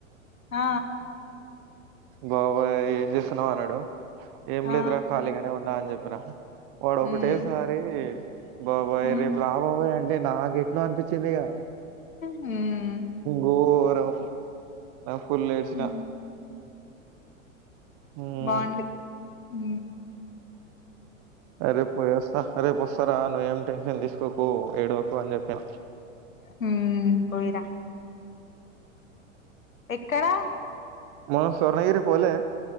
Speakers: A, on the left; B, on the right.
A: ఆ.
B: బాబాయ్ ఏం చేస్తున్నావు అన్నాడు ఏం
A: ఆ
B: లేదురా ఖాళీగానే ఉన్నా అని చెప్పిన. వాడు ఒకటేసారి
A: ఉమ్
B: బాబాయ్
A: ఉమ్
B: రేపు రాబాబాయ్ అండి నాకెట్ అనిపిచ్. చిన్నగా
A: ఉమ్
B: ఘోరం ఫుల్ ఏడ్చిన.
A: ఉమ్.
B: మ్
A: బాగుంది ఉ.
B: రేపు పోయి వస్తా రేపు వస్తారా నువ్్వ ఏం టెన్షన్ తీసుకోకు ఏడవకు అని చెప్పిన.
A: హ పోయిరా. ఎక్కడా
B: మ స్వర్ణగిరి పోలే.